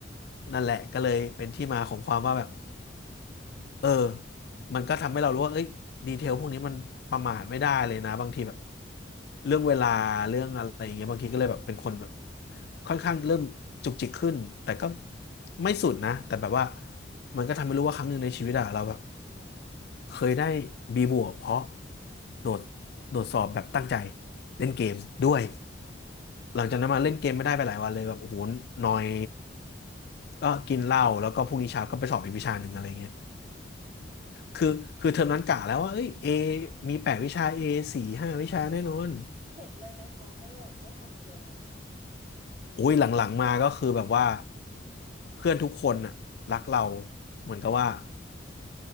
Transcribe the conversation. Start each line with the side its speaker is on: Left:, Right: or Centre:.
Left: นั่นแหละก็เลยเป็นที่มาของความว่าแบบเออมันก็ทำให้เรารู้ว่าเอ้ยดีเทลพวกนี้มันประมาทไม่ได้เลยนะบางทีแบบเรื่องเวลาเรื่องอะไรอย่างเงี้ยบางทีก็เลยแบบเป็นคนแบบค่อนข้างเริ่มจุกจิกขึ้นแต่ก็ไม่สุดนะแต่แบบว่ามันก็ทำให้รู้ว่าครั้งหนึ่งในชีวิตอะเราแบบเคยได้บีบวกเพราะโดดโดดสอบแบบตั้งใจเล่นเกมด้วย หลังจากนั้นมาเล่นเกมไม่ได้ไปหลายวันเลยแบบโอ้โหนอยก็กินเหล้าแล้วก็พรุ่งนี้เช้าก็ไปสอบอีกวิชาหนึ่งอะไรเงี้ยคือคือเทอมนั้นกะแล้วว่าเอ้ยเอมีแปดวิชาเอสี่ห้าวิชาแน่นอน
Right: แล้วแบบเข็ดเลยไหมคะไม่แบบไม่ทำอีกเลยไหม
Left: โอ้ยหลังๆมาก็คือแบบว่าเพื่อนทุกคนน่ะรักเราเหมือนกับว่า